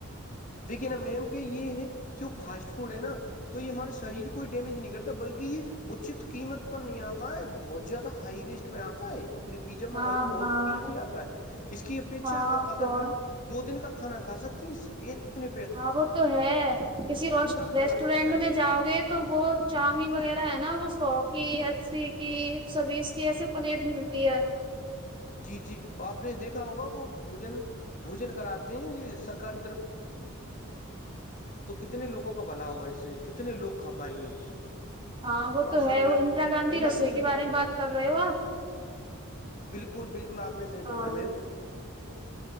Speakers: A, on the left; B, on the right.
A: دیکھی ا میم کے یہ ہے جو فاسٹ فوڈ ہے نا تو یہ ہمارے شریر کوئی ڈیمیج نہیں کرتا بلکہ یہ اچت قیمت پر نہیں آتا ہے بہت زیادہ ہائی رسٹ میں آتا ہے اپنی پیزا
B: ہاں
A: منگاائی ہو بہت
B: ہاں
A: قیمتی
B: ہاں
A: آتا ہے اس کی اپیچھا
B: ہاں
A: اگر
B: بہت
A: ہم دو دن کا کھانا کھا سکتے ہیں اس یہ اتنی
B: ہاں وہ تو ہے کسی
A: بھی بھلا
B: ریسٹورینٹ
A: ہو سکتا ہے
B: میں جاؤ گے تو وہ چاؤمین وغیرہ ہے نا وہ سو کی اسی پلیٹ ملتی ہے
A: جی جی آپ نے دیکھا ہوگا وہ بوجن بوجن کراتے ہیں یہ سرکاری کتنے لوگ کھا پائیں گے
B: ہاں وہ
A: ماشاء
B: تو ہے
A: اللہ
B: وہ اندرا گاندھی
A: اللہ
B: رسوئی
A: کی
B: کے
A: رحمت
B: بارے میں بات کر رہے ہو آپ
A: بالکل بالکل آپ نے صحیح فرمایا
B: ہاں
A: میم